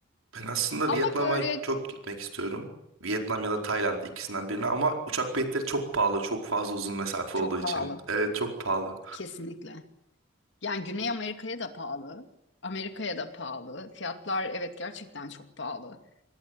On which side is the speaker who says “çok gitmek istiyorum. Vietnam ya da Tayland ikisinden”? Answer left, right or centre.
Right